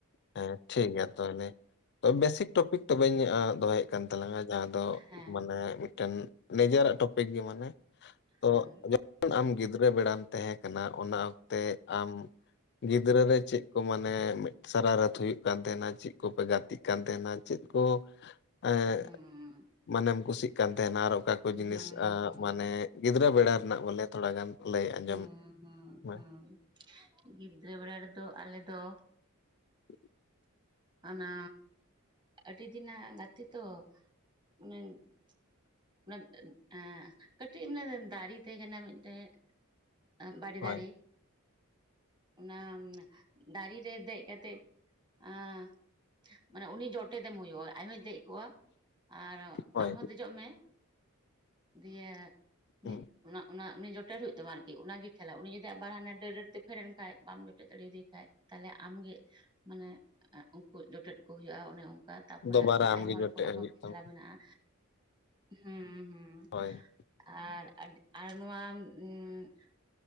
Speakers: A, on the left; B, on the right.
A: ᱦᱮᱸ ᱴᱷᱤᱠ ᱜᱮᱭᱟ ᱛᱟᱦᱚᱞᱮ ᱵᱮᱥᱤᱠ ᱴᱚᱯᱤᱠ ᱛᱚᱵᱮᱧ ᱫᱚᱦᱚᱭᱮᱫ ᱠᱟᱱ ᱛᱟᱞᱟᱝᱟ, ᱡᱟᱦᱟᱫᱚ
B: ᱦᱮᱸ
A: ᱢᱟᱱᱮ ᱢᱤᱫᱴᱮᱱ ᱱᱤᱡᱮᱨᱟᱜ ᱴᱚᱯᱤᱠ ᱜᱮ ᱢᱟᱱᱮ ᱛᱚ
B: ᱦᱮᱸ
A: ᱟᱢ ᱜᱤᱫᱽᱨᱟᱹ ᱵᱮᱲᱟᱢ ᱛᱟᱦᱮᱸ ᱠᱟᱱᱟ ᱚᱱᱟ ᱚᱠᱛᱮ ᱟᱢ ᱜᱤᱫᱽᱨᱟᱹ ᱨᱮ ᱪᱮᱫ ᱠᱚ ᱢᱟᱱᱮ ᱢᱤᱫ ᱥᱟᱨᱟ ᱨᱟᱹᱛᱷ ᱦᱩᱭᱩᱜ ᱠᱟᱱ ᱛᱟᱦᱮᱱᱟ ᱪᱮᱫ ᱠᱚᱯᱮ ᱜᱟᱛᱮᱜ ᱠᱟᱱ ᱛᱟᱦᱮᱱᱟ ᱪᱮᱫ ᱠᱚ ᱮᱸ
B: ᱦᱩᱸ ᱩᱸ
A: ᱢᱟᱱᱮᱢ ᱠᱩᱥᱤᱜ ᱠᱟᱱ ᱛᱟᱦᱮᱱᱟ ᱟᱨ ᱚᱠᱟ ᱠᱚ ᱡᱤᱱᱤᱥ
B: ᱦᱩᱸ ᱦᱩᱸ
A: ᱢᱟᱱᱮ ᱜᱤᱫᱽᱨᱟᱹ ᱵᱮᱲᱟ ᱨᱮᱱᱟᱜ ᱵᱚᱞᱮ ᱛᱷᱚᱲᱟ ᱜᱟᱱ ᱞᱟᱹᱭ ᱟᱸᱡᱚᱢ
B: ᱦᱩᱸ ᱦᱩᱸ
A: ᱢᱮ
B: ᱦᱩᱸ ᱜᱤᱫᱽᱨᱟᱹ ᱵᱮᱲᱟ ᱨᱮᱫᱚ ᱟᱞᱮ ᱫᱚ
A: <unintelligible>
B: ᱚᱱᱟ ᱟᱹᱰᱤ ᱫᱤᱱᱟᱜ ᱜᱟᱛᱮ ᱛᱚ, ᱚᱱᱮ ᱚᱱᱟ <unintelligible> ᱮᱸ ᱠᱟᱹᱴᱤᱡ ᱫᱟᱨᱮ ᱛᱟᱦᱮᱸ ᱠᱟᱱᱟ ᱢᱤᱫᱴᱮᱱᱡ ᱵᱟᱲᱮ
A: ᱦᱳᱭ
B: ᱫᱟᱨᱮ ᱚᱱᱟ ᱫᱟᱨᱮ ᱨᱮ ᱫᱮᱡ ᱠᱟᱛᱮᱜ ᱮᱸ ᱢᱟᱱᱮ ᱩᱱᱤ ᱡᱚᱴᱮᱫ ᱮᱢ ᱦᱩᱭᱩᱜᱼᱟ ᱟᱡ ᱦᱚᱭ ᱫᱮᱡ ᱠᱚᱜᱼᱟ ᱟᱨ
A: ᱦᱳᱭ
B: ᱟᱢ ᱦᱚᱸ ᱫᱮ ᱚᱜ ᱢᱮ ᱫᱤᱭᱮ ᱩᱱᱤ
A: ᱦᱩᱸ
B: ᱚᱱᱟ ᱚᱱᱟ ᱩᱱᱤ ᱡᱚᱴᱮᱨ ᱦᱩᱭᱩᱜ ᱛᱟᱢᱟ ᱟᱨᱠᱤ ᱚᱱᱟᱜᱮ ᱠᱷᱮᱞᱟ ᱩᱱᱤ ᱡᱩᱫᱤ ᱟᱵᱟᱨ ᱦᱟᱱᱮ ᱰᱟᱹᱨ ᱰᱟᱹᱨ ᱛᱮ ᱯᱷᱮᱰ ᱮᱱ ᱠᱷᱟᱡ ᱵᱟᱢ ᱡᱚᱴᱮᱫ ᱫᱟᱲᱮᱭᱟᱫᱮ ᱠᱷᱟᱡ ᱛᱟᱦᱞᱮ ᱟᱢᱜᱮ ᱢᱟᱱᱮ ᱩᱱᱠᱩ ᱡᱚᱴᱮᱫ ᱠᱚ ᱦᱩᱭᱩᱜᱼᱟ ᱚᱱᱮ ᱚᱱᱠᱟ, ᱛᱟᱯᱚᱨᱮ
A: ᱫᱚᱵᱟᱨᱟ
B: ᱟᱭᱢᱟ
A: ᱟᱢᱜᱮ ᱡᱚᱴᱮᱫ
B: ᱨᱚᱠᱚᱢ ᱟᱨᱦᱚᱸ
A: ᱦᱩᱭᱩᱜ
B: ᱠᱷᱮᱞᱟ
A: ᱛᱟᱢᱟ
B: ᱢᱮᱱᱟᱜᱼᱟ ᱦᱩᱸ ᱦᱩᱸ
A: ᱦᱳᱭ
B: ᱟᱨ ᱟᱨ ᱱᱚᱣᱟ ᱩᱸ <unintelligible>